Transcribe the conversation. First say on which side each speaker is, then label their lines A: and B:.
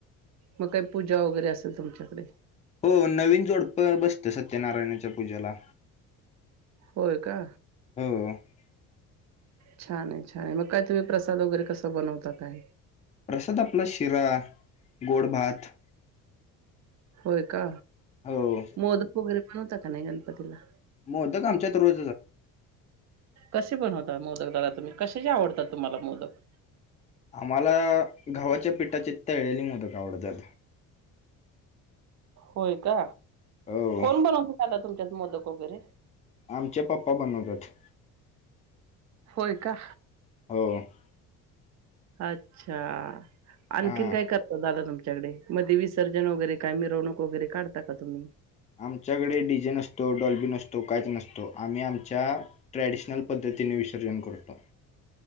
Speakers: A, on the right (about 45°); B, on the left (about 20°).
A: मग काही पूजा वगैरे असेल तुमच्याकडे.
B: हो नवीन जोडप बसतं सत्यनारायणाच्या पूजेला.
A: होय का.
B: <unintelligible>
A: छानाय छाय मकाय तुम्ही प्रसाद वगैरे कसं बणवता काय.
B: प्रसाद आपला शिरा गोड भात.
A: होय का
B: हो
A: मोदक वगैरे बणवता का नाय गणपतीला.
B: मोदक आमच्यात र.
A: कसे बनवता मोदक दादा तुम्ही कश्याचे आवडतात तुम्हाला मोदक.
B: आम्हाला घवाच्या पिठाचे त्तळेले मोदक आवडतात.
A: होय का
B: हो
A: कोण बनवत <unintelligible> तुमच्यात मोदक वगैरे
B: आमच्या पप्पा बनवतात.
A: होय क्हा.
B: <unintelligible>
A: अच्छा
B: हा.
A: आणखीन काय कर ओ दादा तुमच्याकडे मदी विसर्जन वगैरे काय मिरवणूक वगैरे काढता का तुम्ही.
B: आमच्याकडे डिजे नसतो डॉल्बी नसतो कायच नसतो आम्ही आमच्या. ट्रॅडिशनल पद्धतीने विथ सर्जन करतो.